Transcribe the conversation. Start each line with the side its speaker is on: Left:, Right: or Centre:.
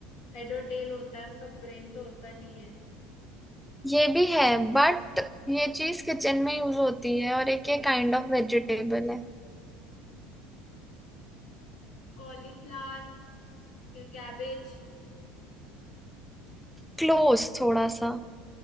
Left: हेड और टेल होता है उसका ब्रेन तो होता नहीं है
Centre: ये भी है बट ये चीज किचन में यूज होती है और एक ये काइंड ऑफ वेजिटेबल है
Left: कॉलीफ्लावर या कैबेज
Centre: क्लोज थोड़ा सा